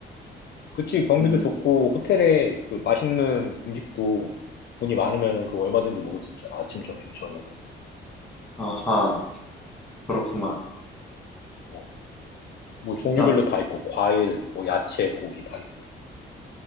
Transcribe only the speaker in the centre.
음.
아하, 그렇구만.
일단,